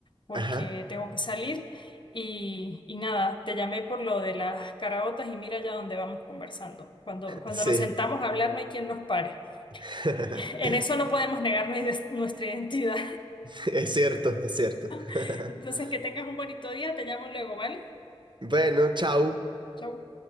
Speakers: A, on the left; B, on the right.
A: porque
B: Ajá,
A: tengo que salir y, y nada, te llamé por lo de las caraotas y mira ya dónde vamos conversando. Cuando, cuando
B: sí.
A: nos sentamos a hablar no hay quien nos pare.
B: <laughs>
A: <laughs> En eso no podemos negar nues- nuestra identidad.
B: Es cierto, es cierto.
A: <laughs>
B: <laughs>
A: Entonces, que tengas un bonito día, te llamo luego, ¿vale?
B: Bueno, chau.
A: Chau.